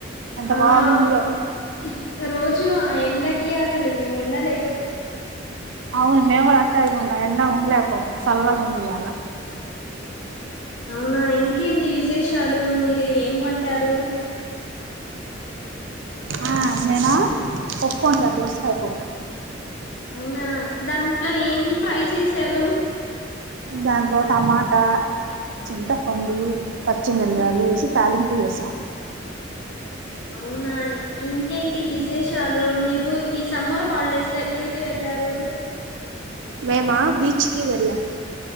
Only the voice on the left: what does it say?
ఆ
రోజు ఎండ క అస మీ ముండడాల
అవునా ఇంకేంటి విశేషాలు మీరు ఏం వంటారు
అవునా దాంట్లో ఏం ఫ్రై చేసి చెరు
ఉమ్,
అవునాయి ఇంకేంటి విశేషాలు మీరు ఈ సమ్మర్ హాలిడేస్ క్కళకి వెళ్ళారు